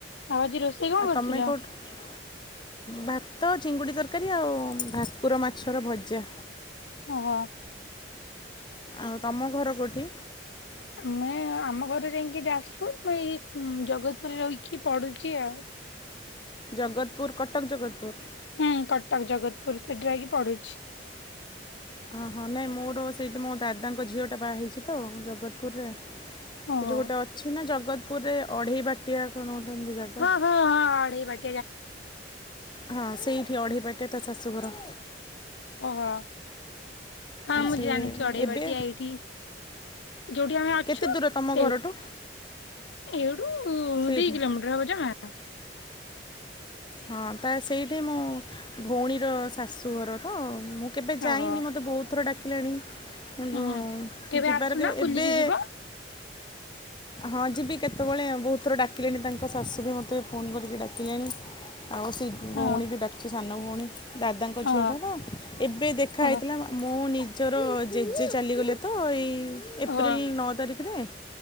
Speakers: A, on the left; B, on the left.
A: ଆଉ ଆଜି ରୋଷେଇ କଣ
B: ଆଉ
A: କରିଥିଲ?
B: ତମେ କୋଉଠୁ? ଭାତ, ଚିଙ୍ଗୁଡ଼ି ତରକାରୀ ଆଉ ଭାକୁର ମାଛର ଭଜା।
A: ଓହ।
B: ଆଉ ତମ ଘର କୋଉଠି?
A: ମୁଁ ଆମ ଘର ଯାଇକି ଯାଜପୁର ମୁଁ ଏଇ ଜଗତପୁରରେ ରହିକି ପଡୁଛି ଆଉ
B: ଜଗତପୁର କଟକ ଜଗତପୁର?
A: ହୁଁ କଟକ ଜଗତପୁର ସେଠି ରହିକି ପଢୁଛି।
B: ହଁ ହଁ ନାଇଁ ମୋର ସେଇଠି ମୋ ଦାଦାଙ୍କ ଝିଅଟା ବାହା ହେଇଛି ତ ଜଗତପୁରରେ।
A: ଓହୋ
B: ସେ ଯୋଉ ଗୋଟେ ଅଛି ନା ଜଗତପୁରରେ ଅଢେଇ ବାଟିଆ କଣ ଗୋଟେ ଏମିତି ଜାଗା?
A: ହୁଁ ଆ ଅଢେଇ ବାଟି
B: ହଁ ସେଇଠି ଅଢ଼େଇବାଟିରେ ତା ଶାଶୁଘର।
A: ଓହୋ, ହଁ ମୁ
B: ସେ
A: ଜାଣିଛି ଆଢେଇବାଟି
B: ଏବେ
A: ଏଇଟି ଯୋଉଠି ଆମେ ଅଛୁ
B: କେତେ ଦୂର ତମ
A: ସେଇ
B: ଘରଠୁ
A: ଏଇଠୁ
B: ସେଇଠି
A: ଦି କିଲୋମିଟର ହବ ଜମା।
B: ହଁ ତା ସେଇଠି ମୋ ଭଉଣୀର ଶାଶୁଘର ତ ମୁଁ କେବେ ଯାଇନି
A: ଓହୋ
B: ମୋତେ ବହୁତଥର ଡାକିଲେଣି କିନ୍ତୁ
A: ଉଁ ହୁଁ।
B: ଯିବାର
A: ଆସୁନ
B: କେବେ
A: ବୁଲିକି
B: ଏବେ
A: ଯିବ
B: ହଁ ଯିବି କେତେବେଳେ ଆଉ ବହୁତଥର ଡାକିଲେଣି ତାଙ୍କ ଶାଶୁ ବି ମୋତେ ଫୋନ କରିକି ଡାକିଲେଣି। ଆଉ ସେ ଭଉଣୀ
A: ହଁ
B: ବି ଡାକଛି ସାନ ଭଉଣୀ ଦାଦାଙ୍କ
A: ଓହୋ
B: ଝିଅ ଟା ତ ଏବେ ଦେଖା
A: ଓହୋ
B: ହେଇଥିଲା ମୁଁ ନିଜର ଜେଜେ ଚାଲିଗଲେ ତ ଏଇ ଏପ୍ରିଲ
A: ଓହୋ
B: ନଅ ତାରିଖରେ